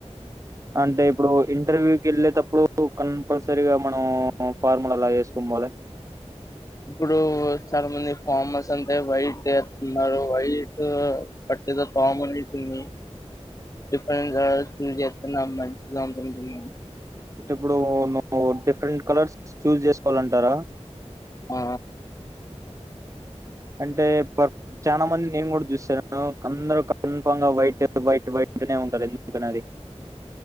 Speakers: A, on the right; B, on the left.
A: అంటే ఇప్పుడు ఇంటర్వ్యూ కి వెళ్ళే తప్పు ఇప్పుడు కంపల్సరిగా మనం ఫార్ములా అలా వేసుకోన్ పోలా
B: ఇప్పుడు చాలా మంది ఫామ్ అస్ అంటే వైట్ ఏస్తున్నారు. వైట్ ఎదో పాములు ఏళ్తున్నయి రఫరెన్నా మ మ <unintelligible>
A: ఇప్పుడు నువ్వు డిఫరెంట్ కలర్స్ చూజ్ చేసుకోవాలంటారా
B: ఆ
A: అంటే ప చానా మంది నేను కూడా చూసాను. అందరు కన్ఫంగా వైట్ వైట్ వైట్ ఇకనే ఉంటారు ఎందుకనే అది